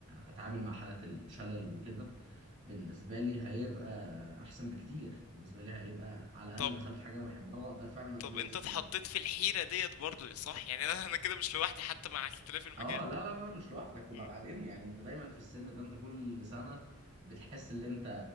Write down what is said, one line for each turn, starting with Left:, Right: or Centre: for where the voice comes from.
Right: اتعامل مع حالات الشلل وكده بالنسبه لي هيبقى احسن بكتير بالنسبه لي هيبقى على الاقل
Left: طب
Right: دخلت حاجه انا بحبها واقدر فعلا اتميز
Left: طب انت اتحطيت
Right: فيها
Left: في الحيرة ديت برضو صح يعني انا انا كده مش لوحدي حتى مع اختلاف المجال
Right: اه لا لا لا مش لوحدك وبعدين
Left: مم.
Right: يعني انت دايما في السن ده انت كل سنه بتحس ان انت